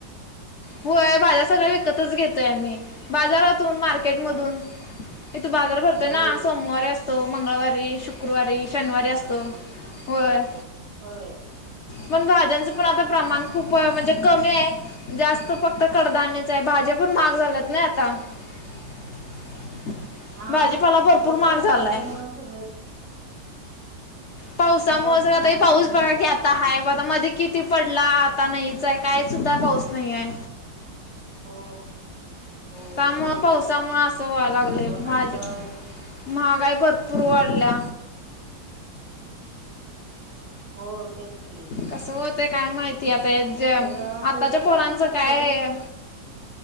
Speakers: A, on the left; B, on the right.
A: होय, भाज्या सगळ विकतच घेतोय आम्ही, बाजारातून मार्के मार्केट
B: होय.
A: मधून इथ बाजार भरतोय ना
B: होय
A: सोमवारी असतोय. तो मंगळवारी शुक्रवारी शनिवारी असतो. होय..
B: होय
A: पण भाज्यांचं पण
B: हा
A: आता प्रमाण.
B: मग
A: खूप म्हणजे कमी आहे. जास्त फक्त
B: हा
A: कडधान्याच
B: हा हा
A: आहे, भाज्या पण महाग झाल्यात ना. <unintelligible>
B: हा.
A: भाजीपाला भरपूर
B: तेच की
A: म्हाग
B: आता
A: झालायं.
B: पावसामुळं सगळंच
A: पावसामुळे
B: पावसामुळ
A: जरा ते पाऊस
B: महाग झाला
A: बघा
B: असेल
A: की आता आहे.
B: मग
A: बघता मधी किती, किती पडला आता नाहीच आहे, काय सुद्धा पाऊस नाहीये.
B: हो. हो
A: त्यामुळे
B: बघितलं
A: पावसामुळे
B: ना
A: असं, व्हाय लागले
B: असं वाटलं
A: भाजी. महागाई भरपूर वाढल्या.
B: हो तेच की,
A: कसं होते काय माहितीय, आता याचं
B: आता
A: आताच्या
B: उघडलाय
A: पोरांचं
B: मग आता
A: काय
B: बघू
A: आहे.